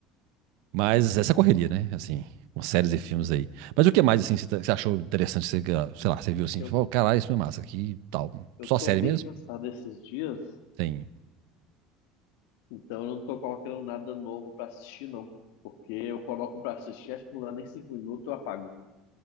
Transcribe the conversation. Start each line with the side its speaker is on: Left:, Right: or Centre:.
Right: Mas essa correria, né? Assim, com séries e filmes aí. Mas o que mais, assim, você tá- você achou interessante? Você, ah, sei lá, você viu assim,
Left: Eu,
Right: tipo, oh, caralho, isso é massa aqui e tal.
Left: eu
Right: Só
Left: tô
Right: série
Left: bem
Right: mesmo?
Left: cansado esses dias.
Right: Sim.
Left: Então eu não tô colocando nada novo pra assistir, não. Porque eu coloco pra assistir, acho que não dá nem cinco minutos, eu apago.